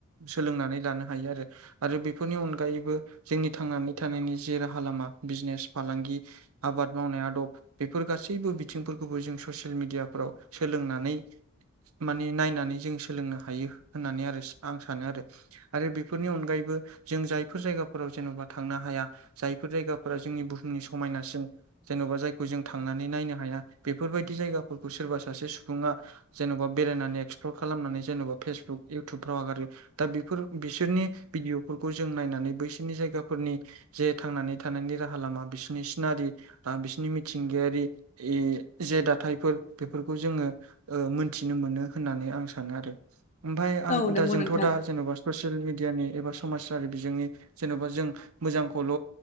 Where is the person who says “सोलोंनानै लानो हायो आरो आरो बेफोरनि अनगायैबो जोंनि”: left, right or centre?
Right